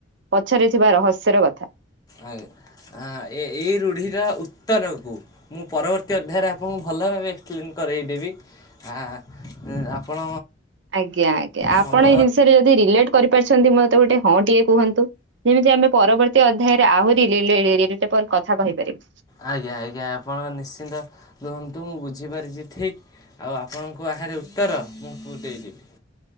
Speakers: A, on the right; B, on the left.
A: ପଛରେ ଥିବା ରହସ୍ୟର କଥା।
B: ଆଜ୍ଞା ଆଁ ଏ ଏଇ ରୂଢ଼ିର ଉତ୍ତରକୁ ମୁଁ ପରବର୍ତ୍ତୀ ଅଧ୍ୟାୟରେ ଆପଣଙ୍କୁ ଭଲ ଭାବେ ଏକ୍ସପ୍ଲେନ କରେଇଦେବି ଆଁ ଆପଣ
A: ଆଜ୍ଞା ଆଜ୍ଞା ଆପଣ
B: ସମୟ
A: ଏଇ ଜିନିଷରେ ଯଦି ରିଲେଟ୍ କରିପାରିଛନ୍ତି ମୋତେ ଗୋଟେ ହଁଟିଏ କୁହନ୍ତୁ? ଯେମିତି ଆମେ ପରବର୍ତ୍ତୀ ଅଧ୍ୟାୟରେ ଆହୁରି <unintelligible> କଥା କହିପାରିବ।
B: ଆଜ୍ଞା ଆଜ୍ଞା ଆପଣ ନିଶ୍ଚିନ୍ତ ରୁହନ୍ତୁ ମୁଁ ବୁଝିପାରିଚି ଠିକ୍ ଆଉ ଆପଣଙ୍କୁ ବାହାରେ ଉତ୍ତର ମୁଁ ଦେଇଦେବି